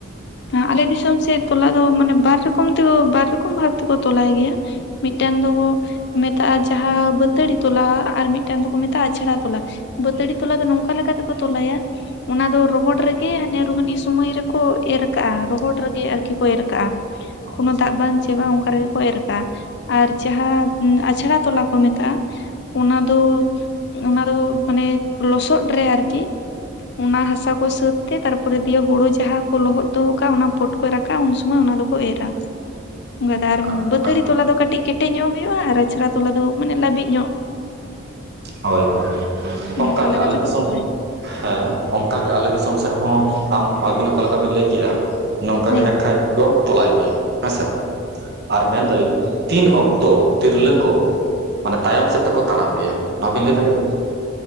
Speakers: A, on the left; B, on the right.
A: ᱟᱞᱮ ᱫᱤᱥᱚᱢ ᱥᱮᱫ ᱛᱚᱞᱟ ᱫᱚ ᱢᱟᱱᱮ ᱵᱟᱨ ᱨᱚᱠᱚᱢ ᱛᱮ ᱵᱟᱨ ᱨᱚᱠᱚᱢ ᱵᱷᱟᱵ ᱛᱮ ᱠᱚ ᱛᱚᱞᱟᱭ ᱜᱮᱭᱟ᱾ ᱢᱤᱫ ᱴᱮᱱ ᱫᱚᱠᱚ ᱢᱮᱛᱟᱜᱼᱟ ᱡᱟᱦᱟᱸ ᱵᱟᱹᱛᱟᱹᱲᱤ ᱛᱚᱞᱟ ᱟᱨ ᱢᱤᱫ ᱴᱟᱝ ᱫᱚᱠᱚ ᱢᱮᱛᱟᱜᱼᱟ ᱟᱪᱷᱲᱟ ᱛᱚᱞᱟ᱾ ᱵᱟᱹᱛᱟᱹᱲᱤ ᱛᱚᱞᱟ ᱫᱚ ᱱᱚᱝᱠᱟ ᱞᱮᱠᱟᱛᱮ ᱠᱚ ᱛᱚᱞᱟᱭᱟ ᱚᱱᱟ ᱫᱚ ᱨᱚᱦᱚᱲ ᱨᱮ ᱜᱮ ᱦᱟᱱᱮ ᱨᱩᱦᱩᱱᱤ ᱥᱩᱢᱚᱭ ᱨᱮ ᱠᱚ ᱮᱨᱟ᱾ ᱠᱟᱜᱼᱟ ᱨᱚᱦᱚᱲ ᱨᱮ ᱜᱮ ᱟᱨᱠᱤ ᱠᱚ ᱮᱨ ᱠᱟᱜᱼᱟ
B: ᱟᱪᱪᱷᱟ
A: ᱠᱳᱱᱳ ᱫᱟᱜ ᱵᱟᱝ ᱪᱮ ᱵᱟᱝ ᱚᱱᱠᱟ ᱨᱮ ᱜᱮ ᱠᱚ ᱮᱨ ᱠᱟᱜᱼᱟ ᱟᱨ ᱡᱟᱦᱟᱸ ᱟᱪᱷᱲᱟ ᱛᱚᱞᱟ ᱠᱚ ᱢᱮᱛᱟᱜᱼᱟ᱾ ᱚᱱᱟ ᱫᱚ, ᱚᱱᱟ ᱫᱚ ᱢᱟᱱᱮ ᱞᱚᱥᱚᱫ ᱨᱮ ᱟᱨᱠᱤ ᱚᱱᱟ ᱦᱟᱥᱟᱠᱩ ᱥᱟᱹᱛ ᱛᱮ ᱛᱟᱨᱯᱚᱨᱮ ᱫᱤᱭᱟᱹ ᱦᱳᱲᱳ ᱡᱟᱦᱟᱸ ᱠᱚ ᱞᱚᱦᱚᱫ ᱫᱚᱦᱚ ᱠᱟᱜᱼᱟ ᱚᱱᱟ ᱯᱚᱴᱠᱚᱭ ᱨᱟᱠᱟᱵᱼᱟ ᱩᱱ ᱥᱩᱢᱚᱭ ᱚᱱᱟ ᱫᱚᱠᱚ ᱮᱨᱟ ᱚᱱᱠᱟ ᱟᱨ
B: ᱟᱹᱰᱤ ᱱᱟᱯᱟᱭ
A: ᱵᱟᱹᱛᱟᱹᱲᱤ ᱛᱚᱞᱟ ᱫᱚ ᱠᱟᱹᱴᱤᱡ ᱠᱮᱴᱮᱡ ᱧᱚᱜ ᱦᱩᱭᱩᱜᱼᱟ ᱟᱨ ᱟᱪᱷᱟᱲᱟ ᱛᱚᱞᱟ ᱫᱚ ᱢᱟᱱᱮ ᱞᱟᱹᱵᱤᱫ ᱧᱚᱜ᱾
B: ᱦᱳᱭ ᱦᱳᱭ
A: ᱱᱚᱝᱠᱟ
B: ᱚᱱᱠᱟ ᱜᱮ
A: ᱞᱮᱠᱟ
B: ᱟᱞᱮ
A: ᱛᱮᱠᱚ
B: ᱫᱤᱥᱚᱢ
A: ᱛᱚᱞᱟᱭᱟ
B: ᱦᱮᱸ ᱚᱱᱠᱟ ᱜᱮ ᱟᱞᱮ ᱫᱤᱥᱚᱢ ᱥᱮᱫ ᱦᱚᱸ ᱟᱢ ᱟᱵᱤᱱ ᱚᱠᱟ ᱞᱮᱠᱟ ᱵᱤᱱ ᱞᱟᱹᱭ ᱠᱮᱼᱟ᱾ ᱱᱚᱝᱠᱟ
A: ᱦᱮᱸ
B: ᱜᱮ ᱦᱟᱸᱜ ᱠᱷᱟᱡ ᱠᱚ ᱛᱚᱞᱟᱭ ᱜᱮᱭᱟ ᱦᱮᱸ ᱥᱮ᱾ ᱟᱨ ᱢᱮᱱ ᱫᱟᱞᱤᱧ ᱛᱤᱱ ᱚᱠᱛᱚ ᱛᱤᱨᱞᱟᱹ ᱠᱚ ᱢᱟᱱᱮ ᱛᱟᱭᱚᱢ ᱥᱮᱫ ᱛᱮᱠᱚ ᱛᱟᱲᱟᱢ ᱜᱮᱭᱟ ᱱᱚᱣᱟ ᱵᱤᱱ ᱞᱟᱹᱭ ᱫᱟᱲᱮᱭᱟᱜᱼᱟ?